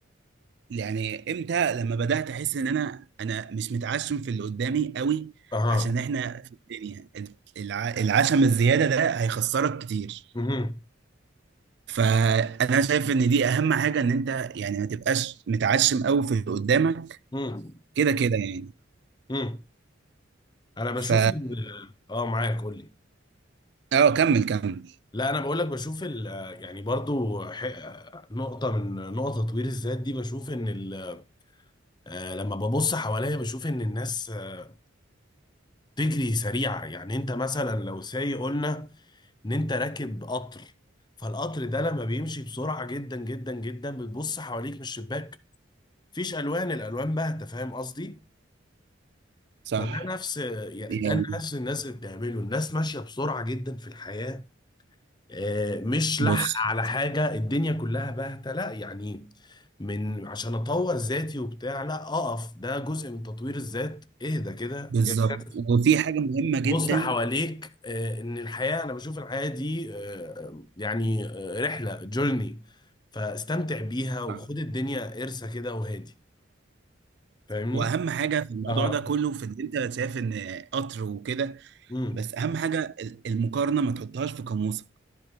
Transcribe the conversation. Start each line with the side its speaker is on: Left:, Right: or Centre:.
Right: يعني امتى لما بدات احس ان انا انا مش متعشم في اللي قدامي قوي
Left: اها
Right: عشان احنا في الدنيا الع- العشم الزياده ده هيخسرك كتير
Left: مهم.
Right: فانا شايف ان دي اهم حاجه ان انت يعني ما تبقاش متعشم قوي في اللي قدامك
Left: مم.
Right: كده كده يعني
Left: مم. انا بشوف
Right: ف
Left: ال- اه معاك قول لي
Right: اه كمل كمل
Left: لا انا بقول لك بشوف ال... يعني برضو ح... نقطة من نقطة تطوير الذات دي بشوف ان ال... آه، لما ببص حواليا بشوف ان الناس آه، بتجري سريعة يعني انت مثلا لو سايق قلنا ان انت راكب قطر فالقطر ده لما بيمشي بسرعة جدا جدا جدا بتبص حواليك من الشباك مفيش الوان الالوان باهتة فاهم قصدي
Right: صح
Left: فده نفس يعني
Right: يعني
Left: ده نفس الناس اللي بتعمله الناس ماشية بسرعة جدا في الحياة آه، مش
Right: بص
Left: لحق على حاجة الدنيا كلها باهتة لا يعني من عشان اطور ذاتي وبتاع لا اقف ده جزء من تطوير الذات اهدى كده
Right: بالظبط
Left: اركز
Right: وفي حاجه مهمه جدا
Left: بص حواليك آه، ان الحياة انا بشوف الحياة دي آه، يعني آه، رحلة جورني فاستمتع بيها وخد
Right: نعم.
Left: الدنيا قرصة كده وهادي فاهمني؟
Right: واهم حاجه في الموضوع
Left: اه
Right: ده كله في ان انت شايف ان قطر وكده
Left: امم
Right: بس اهم حاجه ال- المقارنه ما تحطهاش في قاموسك